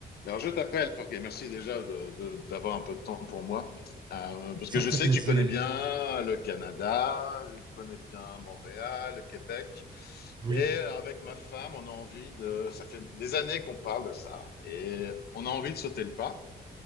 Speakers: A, on the left; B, on the right.
A: Alors, je t'appelle parce que merci déjà de- de- d'avoir un peu de temps pour moi. Euh, parce
B: Ça
A: que je
B: me fait
A: sais
B: plaisir,
A: que tu connais bien le Canada, je connais bien Montréal, le Québec.
B: oui.
A: Et avec ma femme, on a envie de... Ça fait des années qu'on parle de ça. Et on a envie de sauter le pas